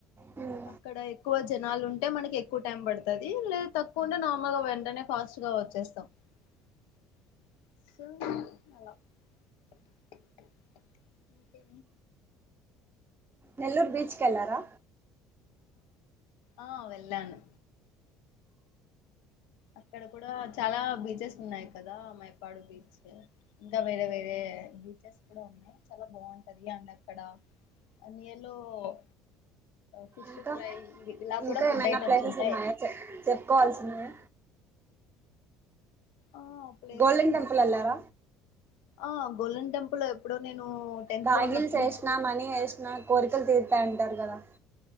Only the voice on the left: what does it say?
అక్కడ ఎక్కువ జనాలు ఉంటే మనకి ఎక్కువ టైం పడుతుది లేద తక్కు ఉంటే నార్మల్ గా వెంటనే ఫాస్ట్ గా వచ్చేస్తాం <unintelligible> ఒకే
ఆ వెళ్లను అక్కడ కూడా చాలా బీచెస్ ఉన్నాయి్ కదా మైపాడు బీచ్ ఇంకా వేరే వేరే బీచెస్ కూడా ఉన్నాయి చాలా బాగుంటది అండ్ అక్కడ <unintelligible> ఫిష్
ఫ్రై ఇవి ఇలా
కూడా ఫుడ్
ఐటమ్స్
ఉంటాయి
ఆ ప్లేసెస్
ఇంకా
ఆ గోల్డెన్ టెంపుల్ ఎప్పుడో నేను టెన్త్
లో ఉన్నప్పుడు
టూర్